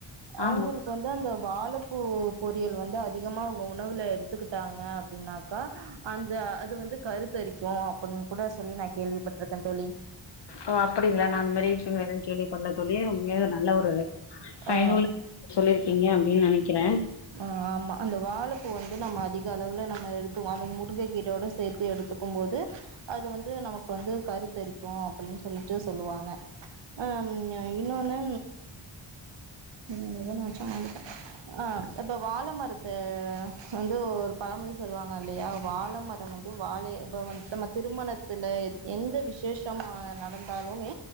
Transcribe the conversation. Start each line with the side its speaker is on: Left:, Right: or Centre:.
Right: அவங்களுக்கு
Left: ஆமா
Right: வந்து அந்த வாழ ப்பூ பொறியல் வந்து அதிகமா அவங்க உணவுல எடுத்துக்கிட்டாங்க அப்படின்னாக்கா அந்த அது வந்து கருத்தரிக்கு அப்படின் கூட சொல்லி நா கேள்விப்பட்டிருக்கே தோழி
Left: ஓ அப்படிங்களா நா அந்த மாரி விஷயோ எதுவு கேள்வி படல தோழி உண்மயாவே நல்ல ஒரு பயனுள்ள
Right: ஆ
Left: சொல்லிருக்கீங்க அப்டின்னு நெனைக்கிறே
Right: ஆ ஆமா அந்த வாழைப்பூ வந்து நம்ம அதிக அளவுல நம்ம எடுத்துவோ அத முருங்கை கீரயோட சேத்து எடுத்துக்குபோது அது வந்து நமக்கு வந்து கருத்தரிக்கு அப்படின்னு சொல்லிட்டு சொல்லுவாங்க அம் இன்னொன்னு உம் வில்லனாச்சு ஆயிருப்பே ஆ இப்ப வாழ மரத்த வந்து ஒரு பழமொழி சொல்லுவாங்க இல்லயா வாழ மரம் வந்து வாழைய இப்ப வந்து நம்ம திருமணத்துல எந்த விசேஷமா நடந்தாலுமே